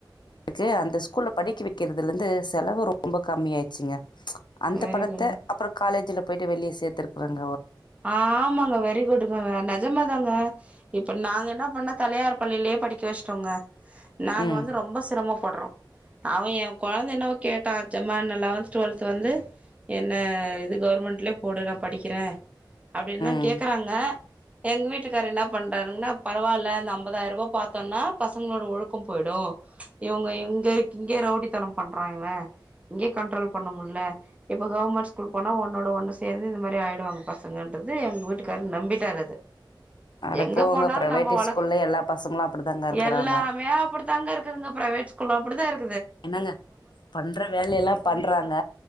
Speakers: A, on the left; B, on the right.
A: ஏ அந்த ஸ்கூல்ல படிப் க வெக்கிறதுல இருந்து செலவு ரொம்ப கம்மி ஆயிச்சுங்க ப்ச் அந்த
B: வெரி
A: பணத்த
B: குட்
A: அப்றொ காலேஜ்ல போயிட்டு வெளிய சேர்த்திருகாங்க
B: ஆமாங்க வெரி குட்டுங்க நெஜமாதாங்க இப்ப நாங்க என்ன பண்னோ தனியார் பள்ளியிலயே படிக்க வெச்சிட்டோங்க நாங்க
A: ம்
B: வந்து ரொம்ப சிரமோ படுறோ அவ என் குழந்தை என்னவோ கேட்டா எம்மா லெவன்த் ட்வீல்வேத் வந்து என்ன கவர்மெண்ட்லயே போடு நா படிக்கிற அப்படின்னுதா
A: ம்
B: கேக்குறாங்க எங் வீட்டுக்காரர் என்ன பண்றார்னா பரவால்ல அந்த அம்பதாயிரொ பாத்தோம்னா பசங்களோட ஒழுக்கம் போயிடூ இவங்க இங்க இங்கே ரவுடித்தனம் பண்றா இவ இங்கேயே கண்ட்ரோல் பண்ண முடில இப்ப கவர்மெண்ட் ஸ்கூல் போனா ஒன்னோட ஒன்னு சேந்து இந்த மாரி ஆயிடு பசங்கன்றது எங்க வீட்டுக்காரர் நம்பிட்டார் அத
A: அட
B: எங்க
A: போங்க
B: போனாலு
A: பிரைவேட்
B: நம்ம வழக்கு
A: ஸ்கூல்ல எல்லா பசங்களு அப்படிதாங்க இருக்கறாங்க
B: எல்லாமே அப்படிதாங்க இருக்குதுங்க பிரைவேட் கொல அப்டிதா இருக்
A: என்னங்க பண்ற வேலெல்லா பண்றாங்க